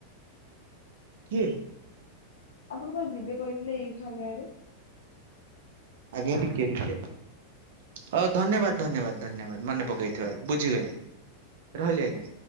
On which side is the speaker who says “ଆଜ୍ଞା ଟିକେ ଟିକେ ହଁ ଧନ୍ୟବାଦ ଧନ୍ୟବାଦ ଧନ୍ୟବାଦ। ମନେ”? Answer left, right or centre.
Right